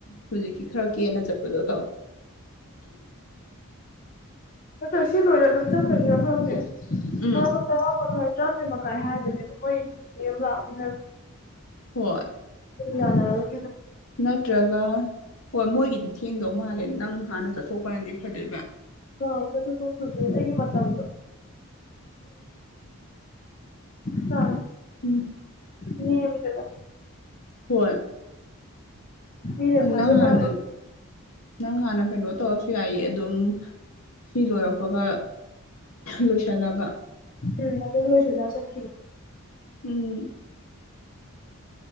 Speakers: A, on the left (about 75°); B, on the left (about 40°).
A: ꯍꯧꯖꯤꯛꯀꯤ ꯈꯔ ꯀꯦꯅ ꯆꯠꯄꯗꯣ ꯇꯧ
B: ꯇꯁꯤ ꯇꯔ ꯇ ꯈꯔꯗꯤꯔ ꯐꯪꯗꯦ
A: ꯎꯝ
B: ꯃꯥ ꯇ ꯃꯈ ꯆ ꯃꯈꯀꯥꯏ ꯍꯥꯏꯕꯅꯦ ꯃꯣꯏꯤ ꯂꯥꯛꯅ
A: ꯍꯣꯏ
B: ꯌꯥ
A: ꯅꯠꯇ꯭ꯔꯒ ꯍꯣꯏ ꯃꯣꯏꯒꯤꯗꯤ ꯊꯦꯡꯗꯧ ꯃꯥꯜꯂꯦ ꯅꯪ ꯍꯥꯟꯅ ꯆꯠꯊꯣꯛꯄꯅꯗꯤ ꯐꯗꯣꯏꯕ
B: ꯍ ꯍꯦꯒꯤ ꯃꯗꯣꯗꯤ ꯆ
A: ꯎꯝ
B: ꯃꯤꯃꯤꯗꯗ
A: ꯍꯣꯏ
B: ꯃꯤꯅꯦ ꯊꯖꯕ
A: ꯅꯪ ꯍꯥꯟꯅ ꯅꯪ ꯍꯥꯟꯅ ꯀꯩꯅꯣ ꯇꯧꯔꯁꯨ ꯌꯥꯏ ꯑꯗꯨꯝ ꯁꯤ ꯂꯣꯏꯔꯛꯄꯒ ꯂꯣꯏꯁꯤꯜꯂꯒ
B: ꯎꯝ ꯑꯗꯨ ꯍꯧꯂ ꯁ ꯐꯈꯤ
A: ꯎꯝ